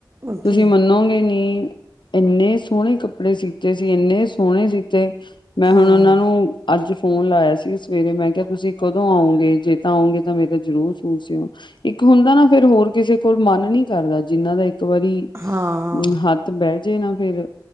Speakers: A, on the right; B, on the left.
A: ਓਕੇ
B: ਤੁਸੀਂ ਮੰਨੋਗੇ ਨੀ ਇੰਨੇ ਸੋਹਣੇ ਕੱਪੜੇ ਸੀਤੇ ਸੀ- ਇੰਨੇ ਸੋਹਣੇ ਸੀਤੇ ਮੈਂ ਹੁਣ
A: ਹਾਂ
B: ਉਹਨਾਂ ਨੂੰ ਅੱਜ ਫੋਨ ਲਾਇਆ ਸੀ ਸਵੇਰੇ ਮੈਂ ਕਿਹਾ ਤੁਸੀਂ ਕਦੋਂ ਆਉਂਗੇ ਜੇ ਤਾਂ ਆਉਂਗੇ ਤਾਂ ਮੇਰਾ ਜ਼ਰੂਰ ਸੂਟ ਸੂਈਓ। ਇੱਕ ਹੁੰਦਾ ਨਾ ਫੇਰ ਹੋਰ ਕਿਸੇ ਕੋਲ ਮਨ ਨਹੀਂ ਕਰਦਾ ਜਿੰਹਨਾ ਦਾ ਇੱਕ ਇੱਕ ਵਾਰੀ
A: ਹਾਂ
B: ਹੱਥ ਬਹਿ ਜੇ ਨਾ ਫੇਰ।